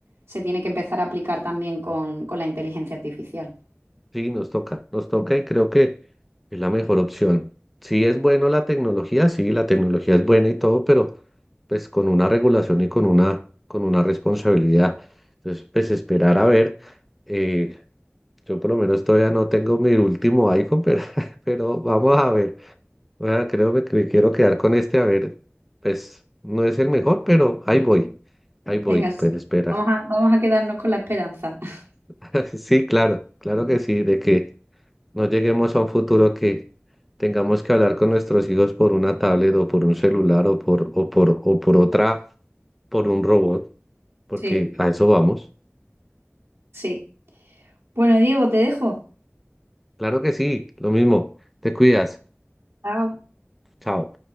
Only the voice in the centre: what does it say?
Sí, nos toca, nos toca y creo que es la mejor opción. Sí es bueno la tecnología, sí, la tecnología es buena y todo, pero pues con una regulación y con una, con una responsabilidad. Entonces, pues esperar a ver. eh, yo por lo menos todavía no tengo mi último iPhone, pero, <laughs> pero vamos a ver. Bueno, creo que me quiero quedar con este, a ver, pues no es el mejor, pero ahí voy, ahí voy,
pues
esperar.
<laughs> Sí, claro, claro que sí, de que no lleguemos a un futuro que tengamos que hablar con nuestros hijos por una tablet o por un celular o por, o por, o por otra, por un robot, porque
a eso vamos.
Claro que sí, lo mismo, te cuidas,
chao.